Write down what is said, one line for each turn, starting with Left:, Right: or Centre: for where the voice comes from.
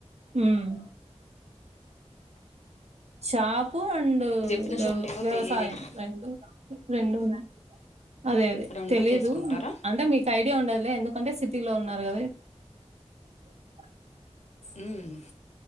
Right: హుమ్ షాపు అండ్
Left: చెప్పిన
Right: వ్యవ్
Left: షాప్ ఉంటాయో
Right: వ్యవసాయం
Left: తెలియదు
Right: రెండు రెండు ఉన్ అదే అదే
Left: రెండు
Right: తెలీదు
Left: చేసుకుంటారా
Right: అంటే మీకు ఐడియా ఉండదులే ఎందుకంటే సిటిలో ఉన్నారు కదా ఇ <inaudible>
Left: మ్